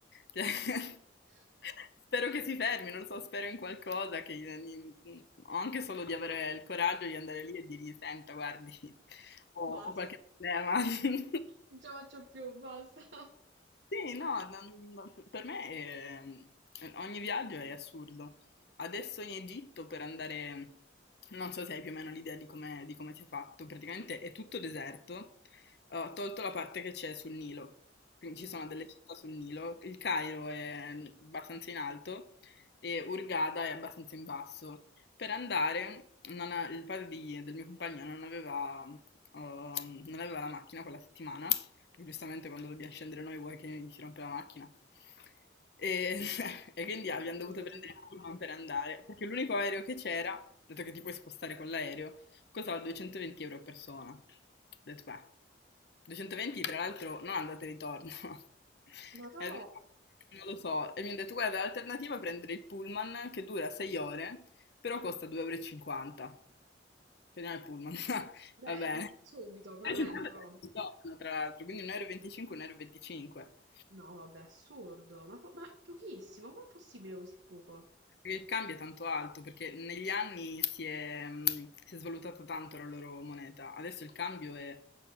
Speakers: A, on the left (about 55°); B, on the right (about 65°).
A: Cioè, <laughs>
B: <laughs>
A: spero che si fermi, non lo so, spero in qualcosa, che, in- o anche solo di avere il coraggio di andare lì e dirgli, senta, guardi, ho,
B: Basta,
A: ho qualche problema. <laughs>
B: non ce la faccio più, basta.
A: Sì, no, no, no, per me è- ogni viaggio è assurdo. Adesso in Egitto per andare, non so se hai più o meno l'idea di come, di come sia fatto, praticamente è tutto deserto, ho tolto la parte che c'è sul Nilo, quindi
B: Mm.
A: ci sono delle città sul Nilo, il Cairo è abbastanza in alto e Hurghada è abbastanza in basso. Per andare, non ha- il padre di- del mio compagno non aveva, ehm, non aveva la macchina quella settimana perché giustamente quando dobbiamo scendere noi vuoi che si rompe la macchina. E, <laughs> e quindi abbiamo
B: Figurati.
A: dovuto prendere il pullman per andare, perché l'unico aereo che c'era, dato che ti puoi spostare con l'aereo, costava 220 euro a persona. Ho detto, beh, 220 tra l'altro non andate e ritorno. <laughs>
B: Ma to...
A: E ho detto, "No, non lo so. E mi hanno detto, guarda, l'alternativa è prendere il pullman che dura 6 ore, però costa 2,50 euro. e cinquanta. Prendiamo il pullman, <laughs>
B: Beh,
A: va bene.
B: subito,
A: <laughs>
B: correndo
A: 1,50
B: però.
A: euro, tra l'altro, quindi 1,25 euro, 1,25 euro. e venticinque.
B: No, vabbè, assurdo. Ma, po- ma pochissimo, com'è possibile così poco?
A: Perché il cambio è tanto alto, perché negli anni si è, mh, si è svalutata tanto la loro moneta. Adesso il cambio è,